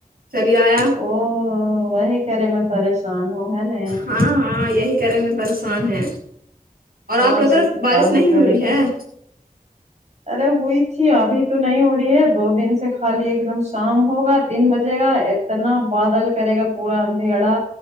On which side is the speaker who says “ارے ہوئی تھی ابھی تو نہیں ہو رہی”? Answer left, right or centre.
Right